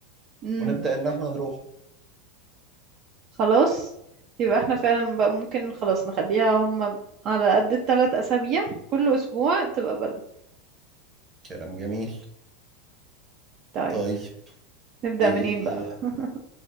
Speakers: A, on the right; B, on the right.
A: امم
B: ونبدأ ان احنا نروح
A: خلاص يبقى احنا فعلا بقى ممكن خلاص نخليها هم على قد الثلاث اسابيع كل اسبوع تبقى بلد
B: كلام جميل
A: طيب
B: طيب
A: نبدأ
B: إيه
A: منين بقى <laughs>